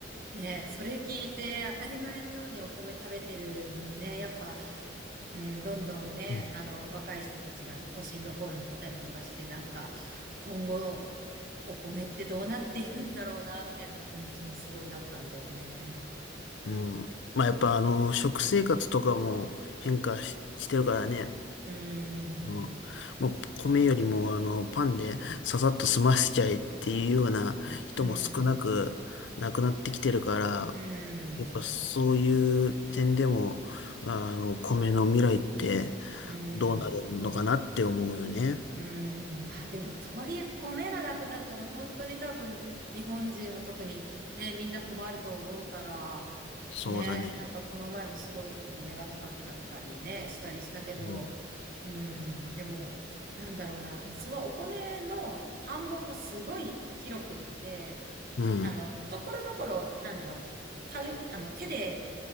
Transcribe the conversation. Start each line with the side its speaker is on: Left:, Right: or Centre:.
Right: ね、それ聞いて当たり前のようにお米食べてるのにね、やっぱ、うん、どんどんね、
Left: うん。
Right: あの、若い人たちが都心の方に行ったりとかして、なんか、今後、お米ってどうなっていくんだろうな、みたいな気持ちにすごいなったんだよね。
Left: うんまあ、やっぱ、あの、食生活とかも変化し、してるからね。
Right: うん、
Left: もう、もう米よりもあのパンでささっと済ませちゃえっていうような人も少なくなくなってきてるから、
Right: うん、うん、
Left: やっぱそういう点でも、あの、米の未来って
Right: うん。
Left: どうなるのかなって思うよね。
Right: うーん、まあでも、とはいえ、米がなくなったら、本当に多分、日本人は特にね、みんな困ると思うから、
Left: そうだね。
Right: ね、なんかこの前もすごいお米が高くなったりね、したりしたけど、
Left: うん。
Right: うん、でも、なんだろうな、そのお米の田んぼもすごい広くって、
Left: うん。
Right: あの、ところどころ、なんだろう、た、あの、手で